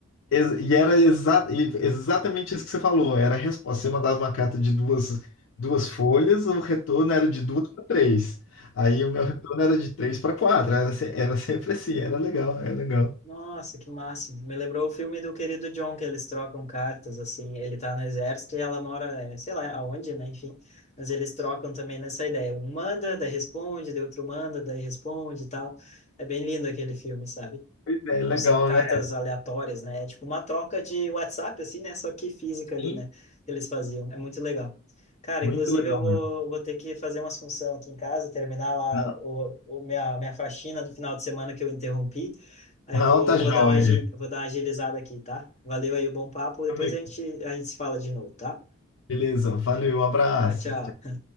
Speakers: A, on the left; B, on the left.
A: Ex- E era exa- e exatamente isso que você falou. Era a resposta. Você mandava uma carta de duas, duas folhas, o retorno era de duas para três. Aí o meu retorno era de três para quatro. Era, se- era sempre assim. Era legal, era legal.
B: Nossa, que máximo. Me lembrou o filme do querido John, que eles trocam cartas, assim. Ele tá no exército e ela mora, eh, sei lá, aonde, né? Enfim. Mas eles trocam também nessa ideia. Um manda, daí responde, daí outro manda, daí responde e tal. É bem lindo aquele filme, sabe?
A: Pois é, legal,
B: Não são cartas
A: né?
B: aleatórias, né? É tipo uma troca de WhatsApp, assim, né? Só que física ali,
A: Sim.
B: né? Que eles faziam. É muito legal. Cara,
A: Muito
B: inclusive
A: legal
B: eu vou,
A: mesmo.
B: vou ter que fazer umas funções aqui em casa, terminar lá
A: Não,
B: o, o minha, minha faxina do final de semana que eu interrompi. Aí
A: não,
B: eu vou,
A: tá joia.
B: vou dar uma, agil- vou dar uma agilizada aqui, tá? Valeu aí o bom papo. Depois
A: Amigo,
B: a gente, a gente se fala de novo, tá?
A: beleza. Valeu, um abraço.
B: Tchau, tchau.